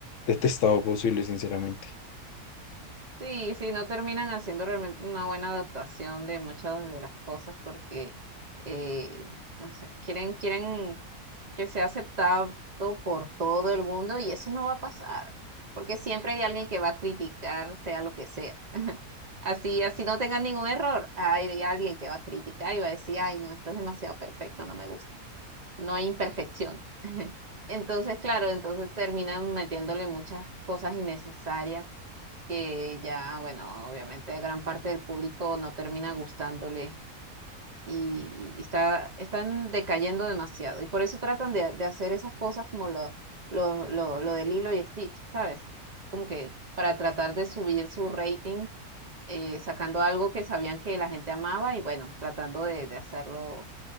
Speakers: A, on the left; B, on the right.
A: detestado posible, sinceramente.
B: Sí, sí, no terminan haciendo realmente una buena adaptación de muchas de las cosas porque, eh, no sé, quieren, quieren que sea aceptado por todo el mundo y eso no va a pasar, porque siempre hay alguien que va a criticar, sea lo que sea. <laughs> Así, así no tengan ningún error, hay alguien que va a criticar y va a decir, ay, no, esto es demasiado perfecto, no me gusta, no hay imperfecciones. <laughs> Entonces, claro, entonces terminan metiéndole muchas cosas innecesarias que ya, bueno, obviamente a gran parte del público no termina gustándole y, y está, están decayendo demasiado. Y por eso tratan de, de hacer esas cosas como lo, lo, lo, lo de Lilo y Stitch, ¿sabes? Como que para tratar de subir su rating, eh, sacando algo que sabían que la gente amaba y bueno, tratando de, de hacerlo